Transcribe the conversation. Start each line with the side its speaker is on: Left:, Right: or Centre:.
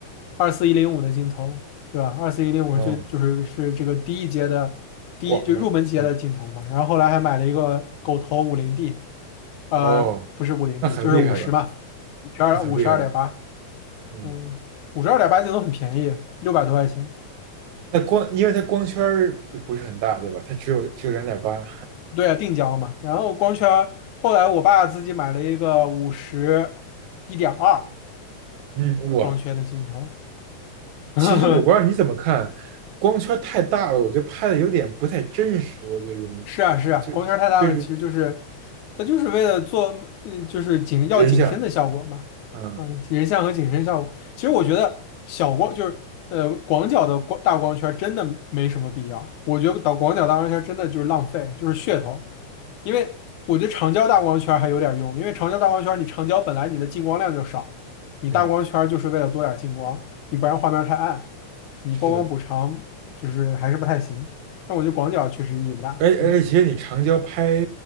Left: 二四一零五的镜头，对吧？二四一零五是最就是是这个第一阶的第一就入门级的镜头嘛。
Right: <laughs> 哦，广的，嗯，
Left: 然后后来还买了一个狗头五零 D，呃，
Right: 哦，
Left: 不是五零
Right: 那很厉害了，
Left: D，就是五十嘛，五十二五十二点八，
Right: 很厉害了，嗯。
Left: 嗯，五十二点八镜头很便宜，六百多块钱。
Right: 那光因为它光圈儿不不是很大，对吧？它只有只有两点八
Left: 对啊，定焦嘛。然后光圈儿后来我爸自己买了一个五十一点二
Right: <laughs>，嗯，哇，
Left: 光圈的镜头。<laughs>
Right: 其实我不知道你怎么看，光圈太大了，我觉得拍的有点不太真实，我觉得容易，
Left: 是啊，是啊，
Right: 就就是
Left: 光圈儿太大了，其实就是它就是为了做，嗯，就是景要景深的效果嘛，
Right: 人像，嗯
Left: 啊，人像和景深效果。其实我觉得小光就是呃广角的光大光圈儿真的没什么必要，我觉得导广角大光圈儿真的就是浪费，就是噱头。因为我觉得长焦大光圈儿还有点儿用，因为长焦大光圈儿你长焦本来你的进光量就少，你大光圈儿就是为了多点儿进光，
Right: 嗯，
Left: 你不然画面儿太暗，你曝光补偿就是还是不太行。
Right: 是的。
Left: 但我觉得广角确实意义不大。
Right: 而而且你长焦拍
Left: 嗯。